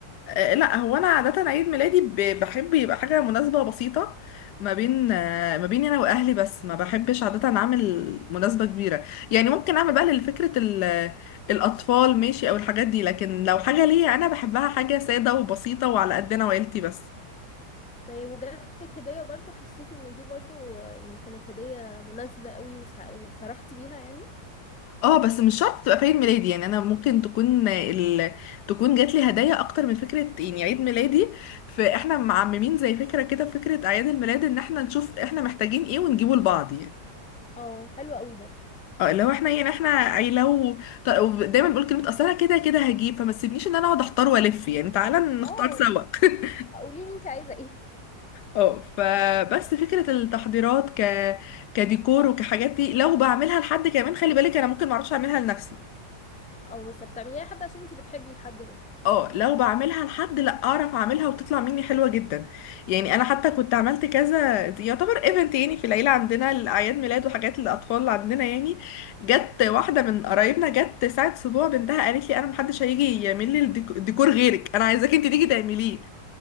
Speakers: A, on the left; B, in the centre.
A: آه، لا هو انا عاده عيد ميلادي ب- بحب يبقى حاجه مناسبه بسيطه ما بين آه، ما بيني انا واهلي بس ما بحبش عاده اعمل مناسبه كبيره يعني ممكن اعمل بقى لفكره ال- الاطفال ماشي او الحاجات دي لكن لو حاجه ليا انا بحبها حاجه ساده وبسيطه وعلى قدنا وعيلتي بس
B: طيب وجات لك هدية برضو حسيتي ان دي برضو آه، يعني كانت هدية مناسبة قوي وسع- وفرحتي بيها يعني
A: اه بس مش شرط تبقى في عيد ميلادي يعني انا ممكن تكون ال... تكون جات لي هدايا اكتر من فكره يعني عيد ميلادي فاحنا معممين زي فكره كده فكره اعياد الميلاد ان احنا نشوف احنا محتاجين ايه ونجيبه لبعض يعني
B: اه حلو قوي ده
A: اه لو احنا يعني احنا عيلو طب دايما بقول كلمه اصل انا كده كده هجيب فما تسيبنيش ان انا اقعد احتار والف يعني تعالى نختار
B: اه
A: سوا <laughs>
B: قولي لي انت عايزة ايه
A: اه فبس فكره التحضيرات ك كديكور وكحاجات دي لو بعملها لحد كمان خلي بالك انا ممكن ما اعرفش اعملها لنفسي
B: <laughs> اه بس بتعمليها حد عشان انت بتحبي الحد ده
A: اه لو بعملها لحد لا اعرف اعملها وتطلع مني حلوه جدا يعني انا حتى كنت عملت كذا يعتبر ايفنت يعني في العيله عندنا الاعياد ميلاد وحاجات للاطفال اللي عندنا يعني جت واحده من قرايبنا جت ساعه اسبوع بنتها قالت لي انا محدش هيجي يعمل لي الديك- الديكور غيرك انا عايزاك انت تيجي تعمليه